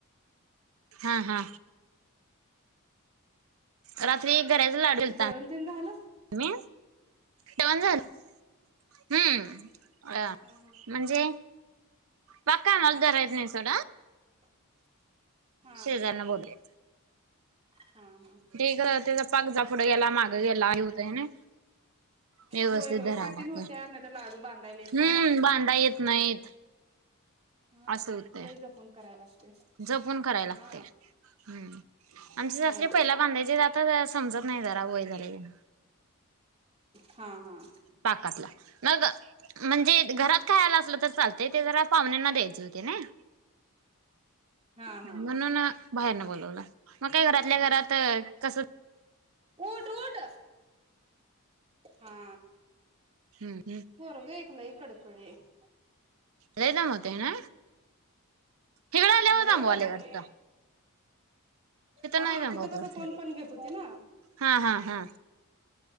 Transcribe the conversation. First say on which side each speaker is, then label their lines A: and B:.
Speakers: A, on the right; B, on the right.
A: हा हा. रात्री <unintelligible>
B: जेवण तेन झाल?
A: मी जेवण झालं. हुं. अ
B: हा
A: म्हणजे पक्का हात धराय येत नाही सोडा.
B: <inaudible> हा
A: सेजार
B: हा
A: ना बोलले.
B: हा हा
A: ढीग त्याचा पाग जा पुढे गेला, मागं गेला होतय ना. व्यवस्थित
B: होय होय
A: धरायला
B: कठीण
A: लागत
B: होत्यात नाही तर लाडू बांधायला येत
A: हुं,
B: नाहीत
A: बांधाय येत नाहीत.
B: हा
A: असं होतय
B: लई जपून कराय लागतय.
A: जपून कराय लागतय.
B: हा
A: हम्म आमचे सासरे
B: हा
A: पहिला बांधायचेत, आता जरा समजत नाही जरा वय झालयतेन.
B: हा हा.
A: पाकातला मग म्हणजे घरात खायला असलं तर चालतय, ते जरा पाहुण्यांना द्यायचे होते नाही.
B: हा हा
A: म्हणून बाहेरन बोलवलं, मग काय घरातल्या घरात कस
B: ऊठ ऊठ हा.
A: हूम.
B: पोरग एक लई कडकडी हाय.
A: लई दमवतय ना? हिकडं आल्यावर
B: लई
A: दमवालंय
B: दमवतोय.
A: वाटतं
B: हा
A: नाही दमवत
B: तिथं कसं,
A: वाटतं
B: कोन पण घेत होती ना
A: हा, हा, हा.